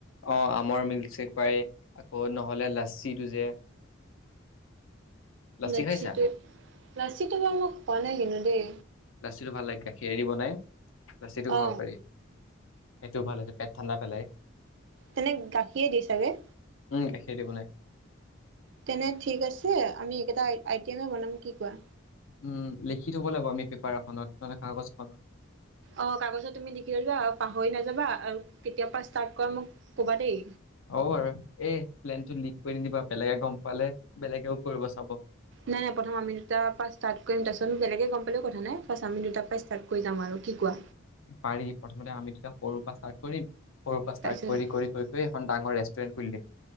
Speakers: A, on the left; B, on the right.
A: অ' আমৰ মিল্কশ্বেক পাৰি। আকৌ নহ'লে লাচ্চিটো যে লাচ্ছি
B: লাচ্চিটো।
A: খাইছা?
B: লাচ্চিটো বাৰু মই খোৱা নাই কিন্তু দেই।
A: লাচ্চিটো ভাল লাগে গাখীৰেদি বনায়। লাচ্চিটো
B: অ
A: খাব পাৰি। সেইটো ভাল হৈছে পেট ঠাণ্ডা পেলাই
B: তেনে গাখীৰে দিয়ে চাগে?
A: উম, গাখীৰ দি বনায়।
B: তেনে ঠিক আছে । আমি এইকেইটা আইটেমে বনাম কি কোৱা
A: উম, লিখি থব লাগিব আমি পাৰ এখনত নহ'লে কাগজ এখনত
B: অ' কাগজত তুমি লিখি লৈ লোৱা । অ' পাহ নাযাবা আৰু কেতিয়া পৰা ষ্টাৰ্ট কৰা মোক ক'বা দেই
A: অ' বাৰু। এ প্লেনটো লিক কৰি নিদিবা। বেলেগে গম পালে বেলেগেও কৰিব চাব
B: নাই - নাই, প্ৰথম আমি দুটাৰ পৰা ষ্টাৰ্ট কৰিম। তাৰপিছত ত বেলেগে গম পালেও কথা নাই । ফাৰ্চ আমি দুটাৰ পৰা ষ্টাৰ্ট কৰি যাম আৰু কি কোৱা
A: পাৰি । প্ৰথমতে আমি দুটা সৰুৰ পৰা ষ্টা কৰিম। সৰুৰ পৰা ষ্টাৰ্ট
B: তাৰপিছত
A: কৰি - কৰি - কৰি - কৰি এখন ডাঙৰ ৰেষ্টুৰেন্ট খুলি দিম।